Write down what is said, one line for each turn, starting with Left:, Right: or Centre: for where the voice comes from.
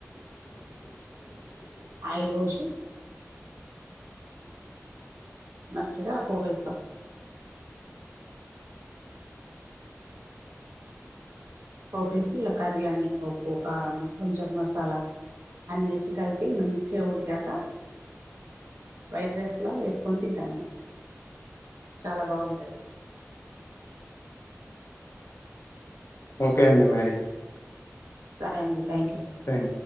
Left: <inaudible>
Right: ఆయిల్ వోషి మంచిగా పోపేస్తాం పోపేసి ఇగ కర్రీలన్నీ ఉప్పు కారము కొంచెం మ మసాలా అన్నేసి కలిపి మంచిగా ఉడికాక వైట్ రైస్లా వేసుకొని తింటమండి చాలా బాగుంటది
Left: ఓకే అండి మరి
Right: సరే అండి థ్యాంక్ యూ
Left: థ్యాంక్